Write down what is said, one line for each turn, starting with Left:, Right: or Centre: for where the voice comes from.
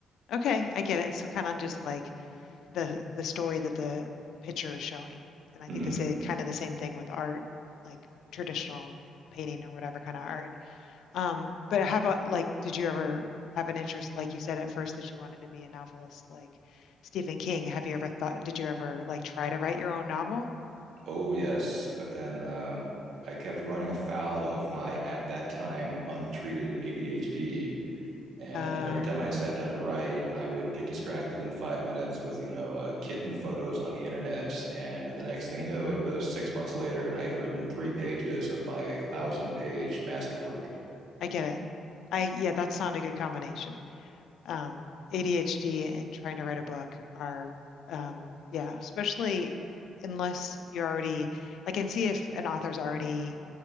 Left: Okay, I get it. So kind of just like the the story that the picture is showing. And I think
Right: Mm-hmm.
Left: they say kind of the same thing with art, like traditional painting or whatever kind of art. Um, but how about like, did you ever have an interest, like you said at first that you wanted to be a novelist, like Stephen King? Have you ever thought, did you ever like try to write your own novel?
Right: Oh, yes. But then uh, I kept running afoul of my, at that time, untreated ADHD And
Left: Uh,
Right: every time I sat down to write, I would get distracted in five minutes with, you know, uh, kitten photos on the internet. And the next thing you know, it was six months later, and I had written three pages of my thousand page masterwork.
Left: I get it. I, yeah, that's not a good combination. Um, ADHD and trying to write a book are, um, yeah, especially unless you already, like and see if an author's already